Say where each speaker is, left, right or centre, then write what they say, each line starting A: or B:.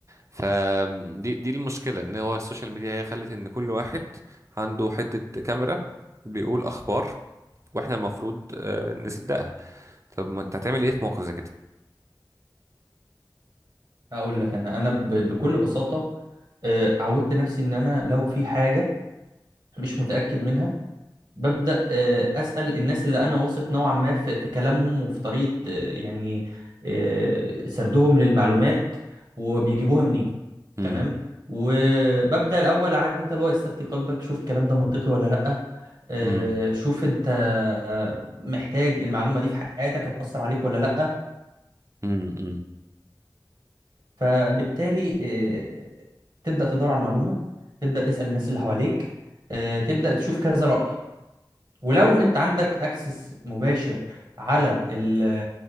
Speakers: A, on the right (about 40°); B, on the right (about 60°).
A: فدي دي المشكلة ان هو السوشيال ميديا هي خلت ان كل واحد عنده حتة كاميرا بيقول اخبار واحنا المفروض آه، نصدقها طب ما انت هتعمل ايه في موقف زي كده
B: اقول لك انا انا ب- بكل بساطه آه، عودت نفسي ان انا لو في حاجه مش متاكد منها ببدأ آه، أسأل الناس اللي أنا واثق نوعا ما في, في كلامهم وفي طريقة آه، يعني آه، سردهم للمعلومات وبيجيبوها منين
A: امم
B: تمام وببدأ الأول عارف أنت اللي هو استفتي قلبك شوف الكلام ده منطقي ولا لأ آه،
A: امم
B: شوف أنت آه، محتاج المعلومة دي في حياتك هتأثر عليك ولا لأ
A: امم
B: فبالتالي آه، تبدأ تدور على المعلومة تبدأ تسأل الناس اللي حواليك آه، تبدأ تشوف كذا رأي ولو انت عندك اكسس مباشر على ال-